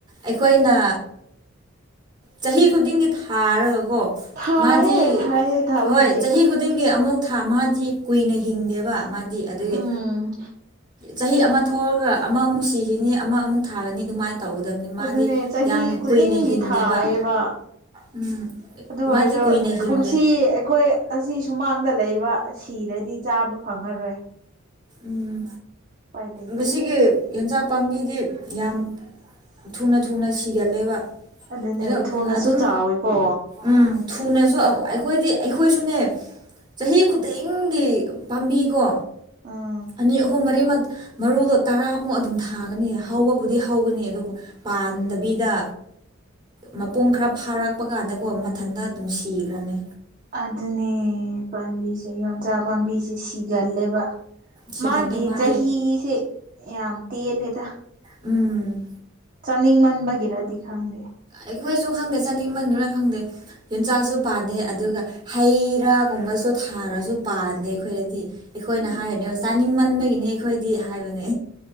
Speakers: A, on the right; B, on the right.
A: ꯑꯩꯈꯣꯏꯅ ꯆꯍꯤ ꯈꯨꯗꯤꯡꯒꯤ ꯊꯥꯔ ꯀꯣ
B: ꯊꯥꯏꯌꯦ
A: ꯃꯥꯗꯤ
B: ꯊꯥꯏꯌꯦ ꯊꯥꯕꯕꯨꯗꯤ
A: ꯍꯣꯏ ꯆꯍꯤ ꯈꯨꯗꯤꯡꯒꯤ ꯑꯃꯨꯛ ꯊꯥ ꯃꯥꯗꯤ ꯀꯨꯏꯅ ꯍꯤꯡꯒꯦꯕ ꯃꯥꯗꯤ ꯑꯗꯨꯒꯤ
B: ꯎꯝ
A: ꯆꯍꯤ ꯑꯃ ꯊꯣꯛꯑꯒ ꯑꯃꯃꯨꯛ ꯁꯤꯈꯤꯅꯤ ꯑꯃ ꯑꯃꯨꯛ ꯊꯥꯒꯅꯤ ꯑꯗꯨꯃꯥꯏꯅ ꯇꯧꯒꯗꯕꯅꯤ ꯃꯥꯗꯤ
B: ꯑꯗꯨꯅꯦ ꯆꯍꯤ
A: ꯌꯥꯝ
B: ꯈꯨꯗꯤꯡꯒꯤ
A: ꯀꯨꯏꯅ ꯍꯤꯡꯗꯦꯕ
B: ꯊꯥꯏꯌꯦꯕ
A: ꯎꯝ
B: ꯑꯗꯨ ꯑꯣꯏꯔꯁꯨ
A: ꯃꯥꯗꯤ ꯀꯨꯏꯅ ꯍꯤꯡꯗꯦ
B: ꯀꯨꯝꯁꯤ ꯑꯩꯈꯣꯏ ꯑꯁꯤ ꯁꯨꯃꯥꯡꯗ ꯂꯩꯕ ꯁꯤꯔꯗꯤ ꯆꯥꯃ ꯐꯪꯉꯔꯣꯏ
A: ꯎꯝ
B: ꯎꯄꯥꯏ ꯂꯩꯇꯦ
A: ꯃꯁꯤꯒꯤ ꯌꯦꯟꯖꯥꯛ ꯄꯥꯝꯕꯤꯗꯤ ꯌꯥꯝ ꯊꯨꯅ ꯊꯨꯅ ꯁꯤꯒꯜꯂꯦꯕ
B: ꯑꯗꯨꯅꯦ
A: ꯑꯣ
B: ꯊꯨꯅꯁꯨ
A: ꯑꯗꯨꯝ
B: ꯆꯥꯎꯋꯤꯀꯣ
A: ꯎꯝ ꯊꯨꯅꯁꯨ ꯑꯩꯈꯣꯏꯗꯤ ꯑꯩꯈꯣꯏꯁꯨꯅꯦ ꯆꯍꯤ ꯈꯨꯗꯤꯡꯒꯤ ꯄꯥꯝꯕꯤꯀꯣ
B: ꯑꯥ
A: ꯑꯅꯤ ꯑꯍꯨꯝ ꯃꯔꯤ ꯃꯔꯨꯗꯣ ꯇꯔꯥꯃꯨꯛ ꯑꯗꯨꯝ ꯊꯥꯒꯅꯤ ꯍꯧꯕꯕꯨꯗꯤ ꯍꯧꯒꯅꯤ ꯑꯗꯨꯕꯨ ꯄꯥꯟꯗꯕꯤꯗ ꯃꯄꯨꯡ ꯈꯔ ꯐꯥꯔꯛꯄ ꯀꯥꯟꯗꯀꯣ ꯃꯊꯟꯇ ꯑꯗꯨꯝ ꯁꯤꯈ꯭ꯔꯅꯤ
B: ꯑꯗꯨꯅꯦ ꯄꯥꯝꯕꯤꯁꯦ ꯌꯣꯟꯆꯥꯛ ꯄꯥꯝꯕꯤꯁꯦ ꯁꯤꯒꯜꯂꯦꯕ
A: ꯁꯤꯒꯜꯂꯦ
B: ꯃꯥꯒꯤ
A: ꯃꯥꯗꯤ
B: ꯆꯍꯤꯁꯦ ꯌꯥꯝ ꯇꯦꯜꯂꯦꯗ
A: ꯎꯝ
B: ꯆꯥꯅꯤꯡꯃꯟꯕꯒꯤꯔꯗꯤ ꯈꯪꯗꯦ
A: ꯑꯩꯈꯣꯏꯁꯨ ꯈꯪꯗꯦ ꯆꯅꯤꯡ ꯃꯟꯗꯨꯅ ꯈꯪꯗꯦ ꯌꯦꯟꯆꯥꯛꯁꯨ ꯄꯥꯗꯦ ꯑꯗꯨꯒ ꯍꯩ ꯔꯥꯒꯨꯝꯕꯁꯨ ꯊꯥꯔꯁꯨ ꯄꯥꯟꯗꯦ ꯑꯩꯈꯣꯏꯗꯗꯤ ꯑꯩꯈꯣꯏꯅ
B: ꯎꯝ
A: ꯍꯥꯏꯔꯅꯦ ꯑ ꯆꯥꯅꯤꯡꯃꯟꯕꯒꯤꯅꯦ ꯑꯩꯈꯣꯏꯗꯤ ꯍꯥꯏꯕꯅꯦ